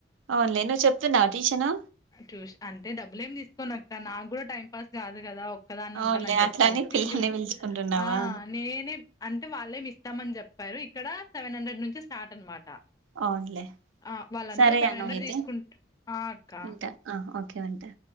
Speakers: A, on the right; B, on the left.
A: అవునులే నువ్వు చెప్తున్నావ ట్యూషను
B: ట్యూ అంటే డబ్బులు ఏం తీసుకోనక్క నాకు కూడా టైం పాస్ కాదు కదా ఒక్కదాన్ని
A: అవునులే
B: ఉంటానని చెప్పేసి
A: అట్లాని పిల్లల్ని
B: డ్యూటీ
A: పిలుచుకుంటున్నావా
B: ఆ నేనే అంటే వాళ్ళేమి ఇస్తామని చెప్పారు ఇక్కడ సెవెన్ హండ్రెడ్ నుంచి స్టార్ట్ అనమాట
A: అవునులే
B: ఆ వాళ్ళందరు
A: సరే
B: సెవెన్
A: అను
B: హండ్రెడ్
A: అయితే
B: తీసుకుంట ఆ అక్క అ
A: ఉంటా ఆ ఓకే ఉంటా